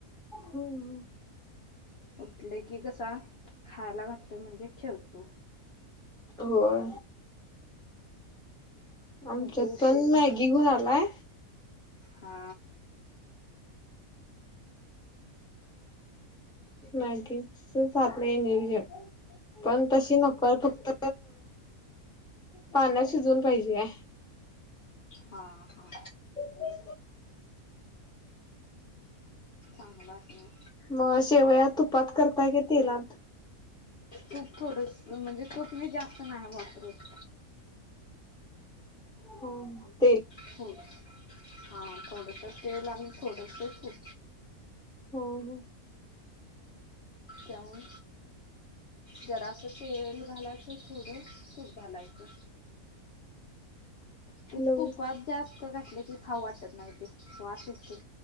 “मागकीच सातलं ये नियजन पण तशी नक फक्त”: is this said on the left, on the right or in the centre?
Centre